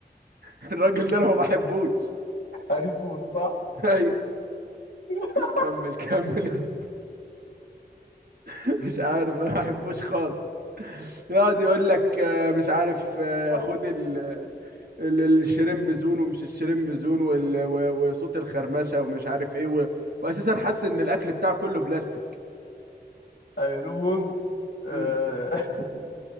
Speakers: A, on the right; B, on the left.
A: الراجل ده انا ما بحبوش
B: هاري فود صح
A: <laughs> ايوه
B: <laughs>
A: كمل كمل يا اسطى مش عارف انا ما بحبوش خالص يقعد يقول لك آه، مش عارف آه،
B: اصلا
A: خد ال ال- الشريمب زون ومش الشريمب زون وال- و- وصوت الخرمشة ومش عارف ايه و... واساسا حاسس ان الاكل بتاعه كله بلاستيك
B: أيوة، المهم آه،
A: مم.